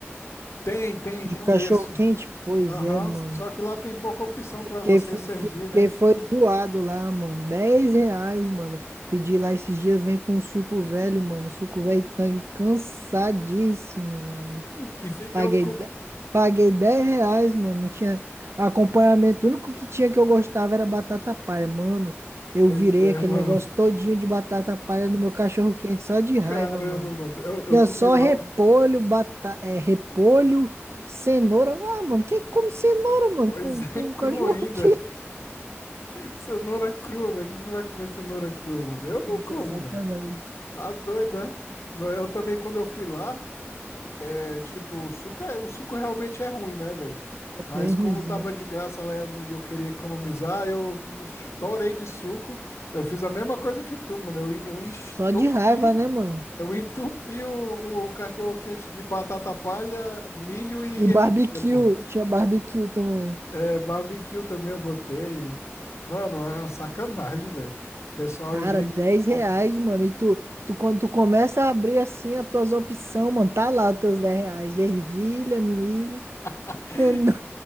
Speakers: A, on the left (about 75°); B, on the right (about 65°).
A: Tem, tem,
B: De
A: tem
B: cachorro
A: um desse.
B: quente? Pois
A: Aham,
B: é, mano.
A: só que lá tem pouca opção
B: Fiquei,
A: pra você
B: fo-
A: servir,
B: fiquei,
A: né?
B: foi doado lá, mano. dez reais, mano. Pedi lá esses dias, vem com suco velho, mano. Suco velho Tang, cansadíssimo, mano
A: Que fi-
B: Paguei,
A: eu, cu-
B: de- paguei 10 reais, mano. Não tinha acompanhamento. O único que tinha que eu gostava era batata palha. Mano, eu
A: Pois
B: virei
A: é,
B: aquele
A: mano.
B: negócio todinho de batata palha no meu cachorro quente, só de raiva,
A: Caramba,
B: mano.
A: mano. Eu, eu
B: Tinha
A: comi
B: só
A: lá
B: repolho,
A: um.
B: bata... é, repolho, cenoura. Ah, mano, quem come cenoura, mano,
A: Pois
B: com,
A: é,
B: com
A: <laughs>
B: cachorro
A: cru ainda.
B: quente?
A: Cenoura crua, velho. Quem que vai comer cenoura crua, mano? Eu não
B: <laughs>
A: como,
B: Sacanagem.
A: velho. Tá doido, né? No- Eu também, quando eu fui lá, é tipo, o suco, é, o suco realmente é ruim, né, velho?
B: É
A: Mas
B: bem
A: como
B: ruinzinho.
A: tava de graça lá e eu, não- eu queria economizar, eu estourei de suco. Eu fiz a mesma coisa que tu, mano. Eu, eu
B: Só
A: estupi,
B: de raiva, né, mano?
A: eu entupi o, o cachorro-quente de batata palha, milho e
B: E barbecue.
A: ervilha, pô.
B: Tinha barbecue também.
A: É, barbecue também eu botei. Mano, é uma sacanagem, velho. O pessoal,
B: Cara,
A: em vez
B: 10
A: de.
B: reais,
A: botar-
B: mano. E tu, tu, quando tu começa a abrir assim as tuas opções, mano, tá lá os teus 10 reais. Ervilha, milho. <laughs>
A: <laughs>
B: É, não.